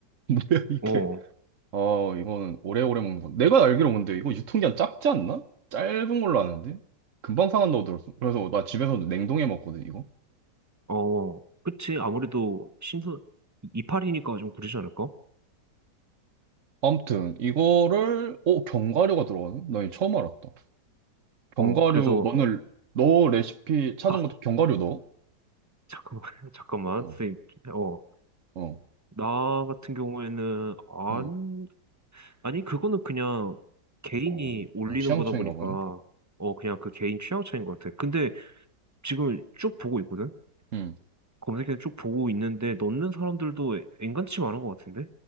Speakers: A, on the right; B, on the right.
A: <laughs> 뭐야 이게?
B: 어,
A: 아 이거는 오래오래 먹는 거. 내가 알기로 근데 이거 유통기한 짧지 않나? 짧은 걸로 아는데? 금방 상한다고 들었어. 그래서 나 집에서도 냉동해 먹거든 이거.
B: 어, 어. 그치. 아무래도 신선, 이- 이파리니까 좀 그러지 않을까?
A: 아무튼 이거를 어 견과류가 들어가네? 나 이거 처음 알았다. 견과류
B: 어, 그래서,
A: 너는 너 레시피 찾은
B: 하,
A: 것도 견과류 넣어?
B: 잠깐만, <laughs> 잠깐만,
A: 어,
B: 선생님. 어,
A: 어,
B: 나 같은 경우에는, 안,
A: 음,
B: 아니, 그거는 그냥 개인이
A: 어,
B: 올리는
A: 어, 취향
B: 거다
A: 차이인가
B: 보니까,
A: 보네.
B: 어, 그냥 그 개인 취향 차이인 것 같아. 근데, 지금 쭉 보고 있거든?
A: 음,
B: 검색해서 쭉 보고 있는데 넣는 사람들도 엔간치 많은 것 같은데?